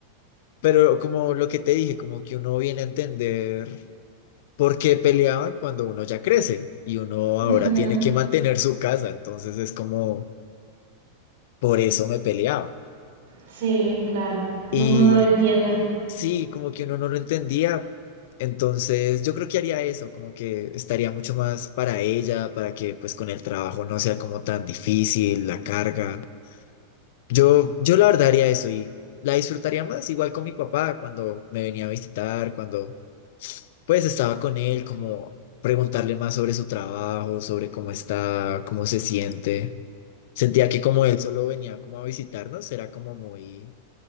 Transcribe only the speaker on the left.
pero como lo que te dije, como que uno viene a entender. porque peleaban cuando uno ya crece y uno
ahora tiene que mantener su casa, entonces es como, por eso me peleaba.
Y
sí, como que uno no lo entendía, entonces yo creo que haría eso, como que estaría mucho más para ella, para que pues con el trabajo no sea como tan difícil la carga. Yo, yo la verdad haría eso y la disfrutaría más, igual con mi papá cuando me venía a visitar, cuando pues estaba con él, como preguntarle más sobre su trabajo, sobre cómo está, cómo se siente. Sentía que como él solo venía como a visitarnos, era como muy,